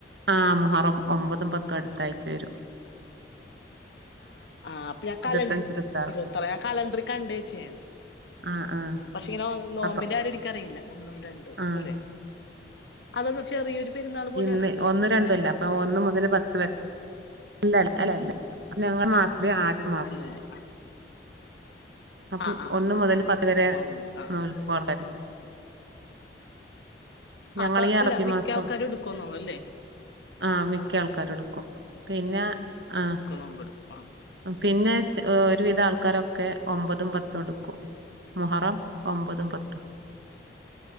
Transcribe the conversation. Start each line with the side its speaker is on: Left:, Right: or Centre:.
Right: ആഹ് മുഹറം ഒമ്പതും പത്തും അട്ത്താഴ്ച്ച വെരും
Left: ആഹ് അപ്പം ഞാൻ കലണ്ട്റി
Right: ഇരുപത്തഞ്ച് ഇരുപത്താറ്
Left: ഇരുവത്താറ് ഞാൻ കലണ്ടറി കണ്ട് വെച്ചേണ്
Right: ആഹ് ആഹ്
Left: പക്ഷെ ഇങ്ങനെ നോ നോമ്പിന്റ
Right: അപ്പൊ
Left: കാര്യം എനിക്കറിയില്ല ഒന്നും രണ്ടും
Right: ആഹ്
Left: അല്ലെ അതെന്താ ചെറിയൊരു പെരുന്നാൾ പോലെയാണോ
Right: ഇന്ന്
Left: അത്
Right: ഒന്നും രണ്ടും
Left: അങ്ങനെയാണോ
Right: അല്ല അപ്പൊ ഒന്ന് മുതല് പത്ത് വരെ ഇല്ല അല്ല അല്ല അല്ല ഞങ്ങള് മാസത്തില് ആദ്യത്തെ
Left: അല്ലല്ലെ ആഹ്
Right: അപ്പം
Left: ആഹ് ആഹ്
Right: ഒന്ന്
Left: ആഹ്
Right: മുതല് പത്ത് വരെ
Left: മൊഹറം ഒന്ന് ആഹ്
Right: നോൽക്കും
Left: ആഹ്
Right: ആൾക്കാര് ഞങ്ങള്
Left: അപ്പൊ
Right: ഈ അറബി
Left: അല്ല മിക്ക
Right: മാസം
Left: ആൾക്കാരും എടുക്കുന്ന് തോന്നുന്നു അല്ലേ
Right: ആഹ് മിക്ക ആൾക്കാരു എടുക്കും പിന്നെ ആഹ്
Left: നോമ്പെടുക്കോ ആഹ്
Right: പിന്നെ ച് ഒരുവിധ ആൾക്കാരൊക്കെ ഒമ്പതും പത്തും എടുക്കും മുഹറം ഒമ്പതും പത്തും